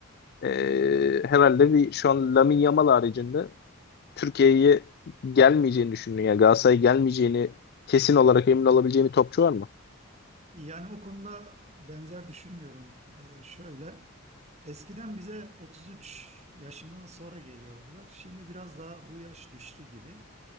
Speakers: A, on the left (about 50°); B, on the right (about 30°).
A: E, herhalde bir şu an Lamine Yamal haricinde Türkiye'ye gelmeyeceğini düşündüğün ya Galatasaray'a gelmeyeceğini kesin olarak emin olabileceğim bir topçu var mı?
B: Yani o konuda benzer düşünmüyorum. Ee, şöyle, eskiden bize 33 yaşından sonra geliyordular. Şimdi biraz daha bu yaş düştü gibi.